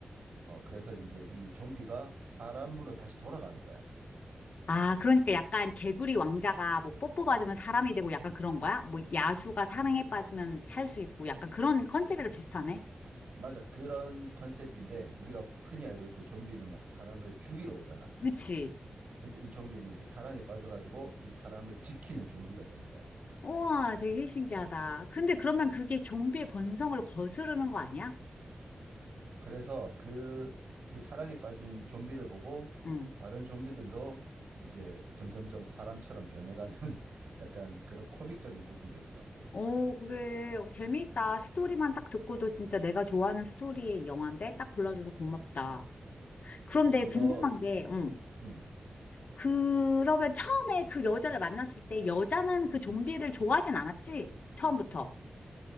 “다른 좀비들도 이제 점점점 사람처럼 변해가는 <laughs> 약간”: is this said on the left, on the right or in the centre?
Right